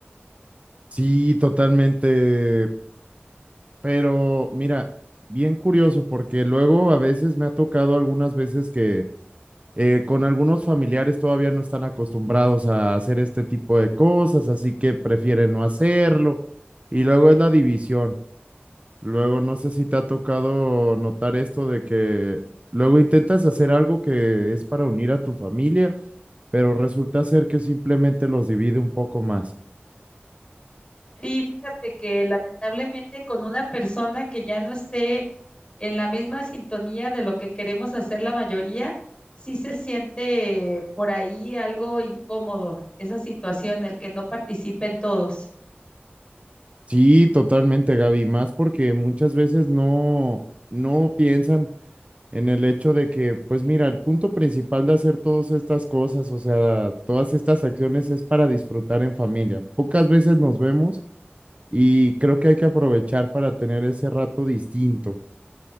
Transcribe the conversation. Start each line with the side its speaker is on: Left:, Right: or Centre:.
Right: Sí, totalmente, pero mira, bien curioso porque luego a veces me ha tocado algunas veces que Eh, con algunos familiares todavía no están acostumbrados a hacer este tipo de cosas, así que prefieren no hacerlo. Y luego es la división. Luego no sé si te ha tocado notar esto de que luego intentas hacer algo que es para unir a tu familia, pero resulta ser que simplemente los divide un poco más.
Left: Sí, fíjate que lamentablemente con una persona que ya no esté en la misma sintonía de lo que queremos hacer la mayoría, sí se siente por ahí algo incómodo esa situación, el que no participen todos.
Right: Sí, totalmente, Gaby, más porque muchas veces no, no piensan en el hecho de que, pues mira, el punto principal de hacer todas estas cosas, o sea, todas estas acciones es para disfrutar en familia. Pocas veces nos vemos y creo que hay que aprovechar para tener ese rato distinto.